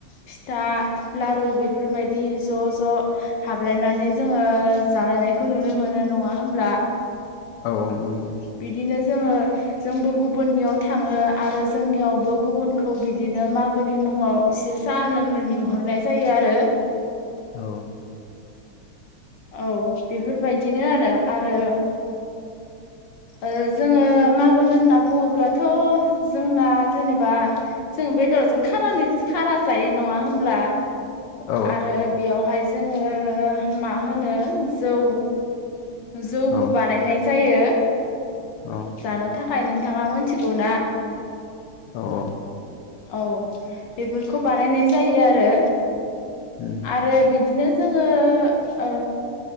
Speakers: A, on the left; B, on the left.
A: फिथा लारु बेफोरबायदि ज' ज' हाबलायनानै जोङो जालायनायखौ नुनो मोनो नङा होमब्ला।
B: औ नंगौ।
A: बिदिनो जोङो जोंबो गुबुननियाव थाङो आरो जोंनियावबो गुबुनखौ बिदिनो मागोनि मुङाव इसे साहा लोंनो लिंहरनाय जायो आरो।
B: औ।
A: औ बेफोरबायदिनो आरो आरो ओ जोङो मागो होनना बुङोब्लाथ' जोंना जेनेबा जों बेदरजों खानानि खाना जायो नङा होमब्ला?
B: औ
A: आरो बेयावहाय जोङो मा होनो जौ जौबो
B: औ
A: बानायनाय जायो।
B: औ।
A: जानो थाखाय नोंथाङा मोनथिगौ ना?
B: औ औ।
A: औ बेफोरखौ बानायनाय जायो आरो।
B: उम।
A: आरो बिदिनो जोङो ओ